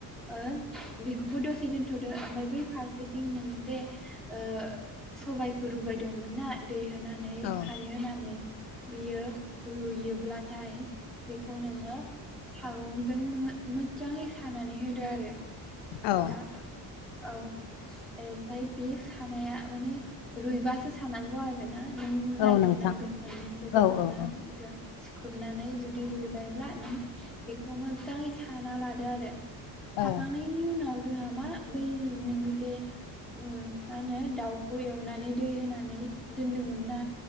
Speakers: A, in the centre; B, on the left.
A: ओ बेखौबो दसे दोनथ'दो ओमफ्राय बै फारसेथिं नों जे ओ सबायाइखौ रुबाय दंमोन ना दै होनानै
B: औ
A: खारै होनानै बियो रुयोब्लाथाय बेखौ नोङो सागंजों मोजाङै सानानै होदो आरो। नोंथां
B: औ
A: औ ओमफ्राय बे सानाया माने रुइबासो सानांगौ आरोना। उम नायग्रनांगोन
B: औ नोंथां
A: होननानैसो
B: औ
A: बोखांनांगोन
B: औ औ
A: सिुख्रुबनानै जुदि रुइबायब्ला नों बेखौ मोजाङै साना लादो आरो। साखांनायनि
B: औ
A: उनाव जोंहा मा बै नों जे उम मा होनो दाउ खौ एवनानै दै होनानै दोनदोंमोन ना